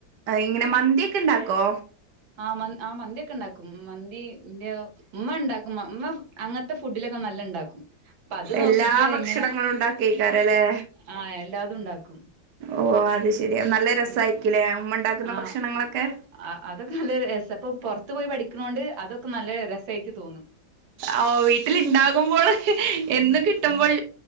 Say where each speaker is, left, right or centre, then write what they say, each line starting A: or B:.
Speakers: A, on the right (about 65°); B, on the right (about 80°).
A: ഇങ്ങനെ മന്തിക്കെ ഉണ്ടാക്കോ?
B: ആ മ ആ മന്തി ഒക്കെ ഉണ്ടാക്കും മന്തിന്റെ ഉമ്മ ഉണ്ടാക്കും ഉമ്മ അങ്ങനത്തെ ഫുഡിലൊക്കെ നല്ല ഉണ്ടാക്കും അപ്പ അത് നോക്കിട്ട്
A: എല്ലാ ഭക്ഷണങ്ങളും
B: ഇങ്ങനെ
A: ഉണ്ടാക്കിക്കാരല്ലേ
B: ആ എല്ലാതും ഉണ്ടാക്കും
A: ഓ അത് ശെരിയാ നല്ല രസായിരിക്കില്ലേ
B: ഉം
A: ഉമ്മ ഉണ്ടാക്കുന്ന
B: ആഹ്
A: ഭക്ഷണങ്ങളൊക്കെ
B: ആഹ് അതൊക്കെ നല്ല രസം ഇപ്പൊ പുറത്തു പോയി പഠിക്കണോണ്ട് അതൊക്കെ നല്ല രസമായിട്ട് തോന്നും
A: ആ വീട്ടിൽ ഉണ്ടാകുമ്പോൾ എന്നും കിട്ടുമ്പോൾ